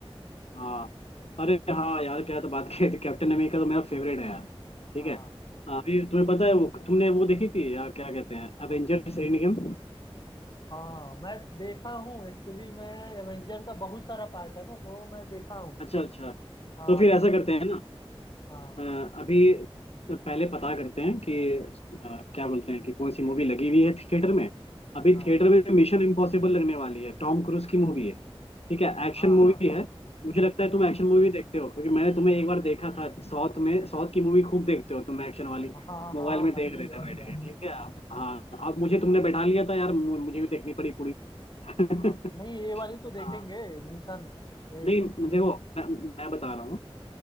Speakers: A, on the left; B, on the left.
A: हाँ अरे हाँ यार क्या तो बात कही थी, कैप्टन अमेरिका तो मेरा फेवरेट है यार ठीक
B: हाँ
A: है अभी तुम्हें पता है वो तुमने वो देखी थी यार क्या कहते हैं एवेंजर्स एंड गेम
B: हाँ मैं देखा हूँ एक्चुअली मैं एवेंजर का बहुत सारा पार्ट है ना तो मैं देखा हूँ
A: अच्छा अच्छा
B: हाँ
A: तो फिर
B: लेकिन
A: ऐसा करते हैं ना
B: हाँ
A: अ, अभी तो पहले पता करते हैं कि अ, क्या बोलते हैं कि कौन सी मूवी लगी हुई है थिएटर में अभी
B: हाँ
A: थिएटर में मिशन इम्पॉसिबल लगने वाली है टॉम क्रूज की मूवी है ठीक है एक्शन
B: हाँ
A: मूवी
B: हाँ हाँ
A: है मुझे लगता है तुम एक्शन मूवी देखते हो क्योंकि मैंने तुम्हें एक बार देखा था साउथ में साउथ की मूवी खूब देखते हो तुम एक्शन वाली
B: हाँ हाँ
A: मोबाइल
B: हाँ
A: में
B: भाई
A: देख रहे थे
B: और
A: बैठ
B: क्या
A: के ठीक है अब- हाँ अब मुझे तुमने बैठा लिया था यार मु- मुझे भी देखनी पड़ी पूरी <laughs>
B: हाँ नहीं ये वाली तो देखेंगे
A: हाँ
B: मिशन ये
A: नहीं
B: इन-
A: देखो मैं, मैं बता रहा हूँ